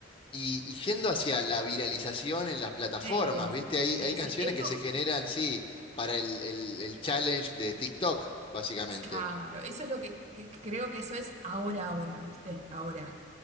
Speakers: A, on the left; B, on the right.
A: Y, y yendo hacia la viralización en las plataformas,
B: Es-
A: ¿viste? Hay,
B: sí,
A: hay canciones
B: sí. Esto,
A: que se generan, sí, para el, el- el challenge de TikTok, básicamente.
B: es claro, eso es lo que, que- que creo que eso es ahora, ahora, ¿viste? Ahora.